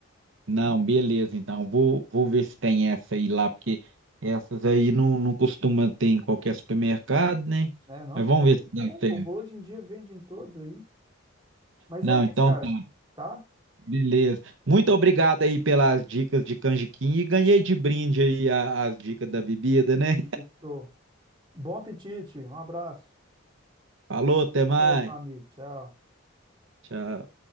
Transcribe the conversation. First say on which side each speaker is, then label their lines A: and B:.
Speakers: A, on the right (about 65°); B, on the right (about 20°).
A: Não, beleza, então. Vou, vou ver se tem essa aí lá, porque essas aí não, não costuma ter em qualquer supermercado, né?
B: Né, não
A: Mas vamos
B: tem,
A: ver se dá
B: tem
A: certo.
B: bobo, hoje em dia vende em todos aí. Mas
A: Não,
B: é isso,
A: então
B: cara,
A: tá,
B: tá?
A: beleza. Muito obrigado aí pelas dicas de canjiquinha e ganhei de brinde aí a- as dicas da bebida, né?
B: Isso. Bom apetite, um abraço.
A: Falou, até
B: Falou,
A: mais.
B: meu amigo, tchau.
A: Tchau.